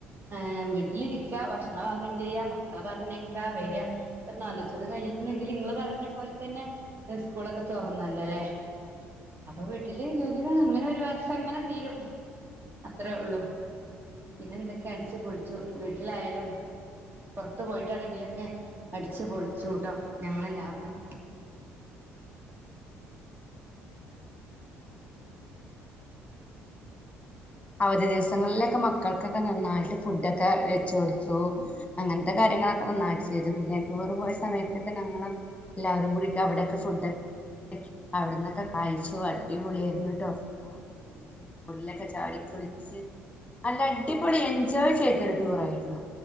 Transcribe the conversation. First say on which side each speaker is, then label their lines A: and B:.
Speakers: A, on the right (about 30°); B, on the left (about 15°).
A: ഏ വീട്ടിലിരിക്കാ ഭക്ഷണം പാകം ചെയ്യാ, മക്കള് പറഞ്ഞേക്കാ വരാ, ഒരു നാല് ദിവസത്തെ കഴിഞ്ഞിട്ടുണ്ടെങ്കില് ഇങ്ങള് പറഞ്ഞ പോലെ തന്നെ ഏഹ് സ്കൂളൊക്കെ തുറന്നല്ലോല്ലേ അപ്പൊ വീട്ടില് <unintelligible> അങ്ങനെ ഒരു വർഷം അങ്ങനെ തീരും. അത്രയേ ഉള്ളു പിന്നെ എന്തൊക്കെ അടിച്ചു പൊളിച്ചു വീട്ടിലായാലും പൊറത്ത് പോയിട്ടാണെങ്കിലൊക്കെ അടിച്ചു പൊളിച്ചു ട്ടോ ഞങ്ങളെല്ലാവരും
B: അവധി ദിവസങ്ങളിലൊക്കെ മക്കൾക്കൊക്കെ നന്നായിട്ട് ഫുഡൊക്കെ വെച്ചു കൊടുത്തു, അങ്ങൻത്തെ കാര്യങ്ങളൊക്കെ നന്നായിട്ട് ചെയ്തു, പിന്നെ ടൂറ് പോയ സമയത്തൊക്കെ ഞങ്ങള് എല്ലാവരും കൂടീട്ട് അവിടെക്കെ ഫുഡ് അവിടന്നൊക്കെ കഴിച്ചു, അടി പൊളിയായിരുന്നു ട്ടോ സ്വിമ്മിംഗ് പൂളിലൊക്കെ ചാടി കുളിച്ച് നല്ല അടിപൊളി എൻജോയ് ചെയ്തൊരു ടൂർ ആയിരുന്നു,